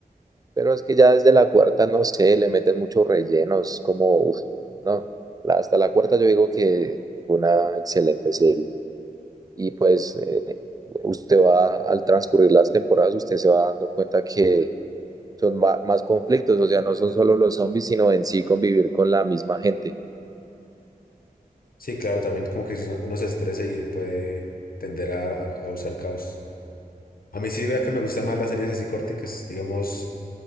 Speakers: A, on the right; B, on the left.
A: Pero es que ya desde la cuarta, no sé, le meten muchos rellenos, como, uf, no, La- hasta la cuarta yo digo que fue una excelente serie. Y pues usted va, al transcurrir las temporadas, usted se va dando cuenta que son ma- más conflictos, o sea, no son solo los zombies, sino en sí convivir con la misma gente.
B: Sí, claro, también como que uno uno se estresa y puede tender a a causar caos. A mí sí vea que me gustan más las series así corticas. Digamos,